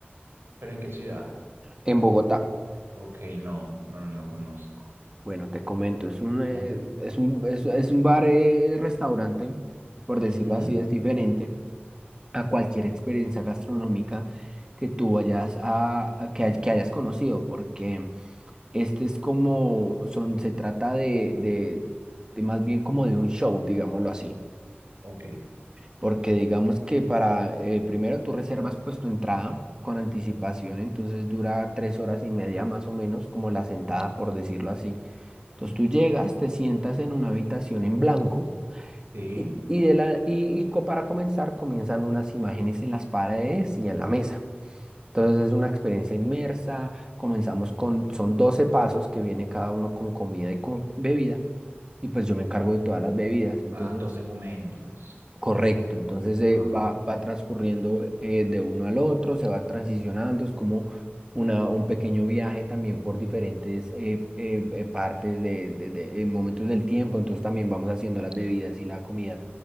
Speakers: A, on the right; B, on the right.
A: ¿Pero en qué ciudad?
B: en Bogotá.
A: Ok, no, no, no lo conozco.
B: Bueno, te comento, es un, eh,
A: Ujú,
B: es un, es, es un bar, eh, restaurante, por decirlo
A: ujú,
B: así, es diferente a cualquier experiencia gastronómica que tú vayas a, a que, hay- que hayas conocido, porque este es como, son, se trata de, de, de más bien como de un show, digámoslo así.
A: Ok,
B: Porque digamos que para, eh, primero tú reservas pues tu entrada con anticipación, entonces dura tres horas y media más o menos, como la sentada por decirlo así. Entonces tú llegas, te sientas en una habitación en blanco
A: sí.
B: y, y de la, y, y co- para comenzar comienzan unas imágenes en las paredes y en la mesa. Entonces es una experiencia inmersa, comenzamos con, son 12 pasos que viene cada uno con comida y con bebida. Y pues yo me encargo de todas las bebidas. Entonces
A: Ah, 12 momentos.
B: Correcto, entonces eh,
A: Ajá.
B: va, va transcurriendo eh, de uno al otro, se va transicionando, es como una, un pequeño viaje también por diferentes eh, eh, eh, partes de, de- de- en momentos del tiempo, entonces también vamos haciendo las bebidas y la comida